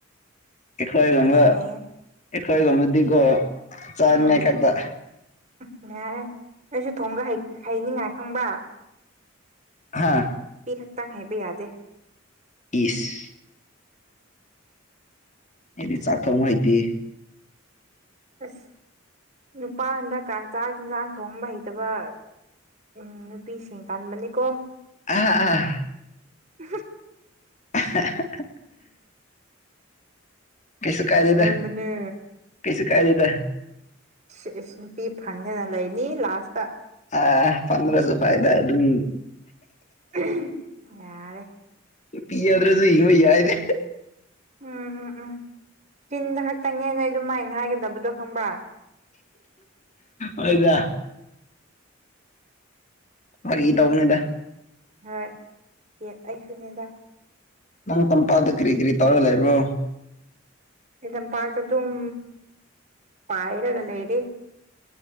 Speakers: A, on the left; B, on the right.
A: ꯑꯩꯈꯣꯏꯕꯒ
B: ꯍꯩꯌꯦ ꯍꯩꯌꯦ
A: ꯒ ꯃꯨꯗꯤꯀꯣ ꯆꯥꯅꯦ
B: ꯎꯝ
A: ꯀꯇꯥ
B: ꯎꯝ ꯌꯥꯔꯦ ꯅꯁꯨ ꯊꯣꯡꯒ ꯍꯩꯅꯤꯡꯉꯥꯏ ꯈꯪꯕ
A: ꯍꯥꯥ
B: ꯄ ꯈꯛꯇꯪ ꯍꯥꯏꯕ ꯌꯥꯗꯦ
A: ꯏꯁ ꯑꯩꯗꯤ ꯆꯥꯛ ꯊꯣꯡ ꯍꯩꯇꯦ
B: ꯑꯁ ꯅꯨꯄꯥ ꯍꯟꯗꯛꯀꯥꯟ ꯆꯥꯛ ꯌꯦꯤꯟꯖꯥꯡ ꯊꯣꯡꯕ ꯍꯩꯇꯕ ꯎꯝ ꯅꯨꯄꯤꯁꯤꯡ ꯇꯥꯟꯕꯅꯤꯀꯣ
A: ꯑ ꯑꯥ
B: ꯎ
A: <unintelligible> ꯀꯩꯁꯨ ꯀꯥꯏꯗꯦꯗ
B: ꯑꯁꯦꯡꯕꯅꯦ
A: ꯀꯩꯁꯨ ꯀꯥꯏꯗꯦꯗ
B: ꯁꯤ ꯏꯁ ꯅꯨꯄꯤ ꯐꯪꯗꯅ ꯂꯩꯅꯤ ꯂꯥꯁꯇ
A: ꯑ ꯄꯗ꯭ꯔꯁꯨ ꯐꯥꯏꯗ ꯑꯗꯨꯝ
B: ꯎꯝ ꯌꯥꯔꯦ
A: ꯄꯤꯗ꯭ꯔꯁꯨ ꯏ ꯌꯥ ꯍꯥꯏꯗꯦ
B: ꯎꯝ ꯎꯝ ꯎꯝ ꯇꯤꯟꯗ ꯈꯛꯇꯪꯅꯦ ꯅ ꯑꯗꯨꯃꯥꯏꯅ ꯍꯥꯏꯒꯗꯕꯗꯣ ꯈꯪꯕ꯭ꯔꯥ
A: ꯍꯣꯏꯗ ꯃꯥ ꯏ ꯇꯒꯅꯦꯗ
B: ꯍꯣꯏ ꯌꯦ ꯑꯩꯁꯨꯅꯤꯗ
A: ꯅꯪ ꯇꯝꯄꯥꯛꯗꯨ ꯀꯔꯤ ꯀꯔꯤ ꯇꯧꯔꯒ ꯂꯩꯕ꯭ꯔꯣ
B: ꯂꯝꯝꯄꯥꯛꯇ ꯑꯗꯨꯝ ꯄꯥꯏꯔꯒ ꯂꯩꯔꯦ